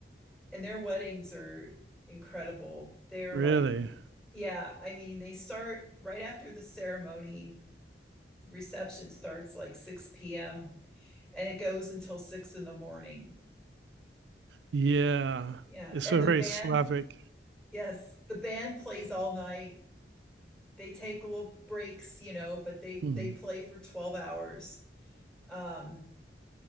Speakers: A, in the centre; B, on the right.
A: and their weddings are incredible. They're
B: Really?
A: like yeah, I mean, they start right after the ceremony. Reception starts like 6 p.m. and it goes until 6 in the morning.
B: Yeah.
A: Yeah.
B: It's
A: And
B: a
A: the
B: very
A: band,
B: Slavic.
A: yes, the band plays all night. They take little breaks, you know, but they
B: Hmm.
A: they play for 12 hours. Um,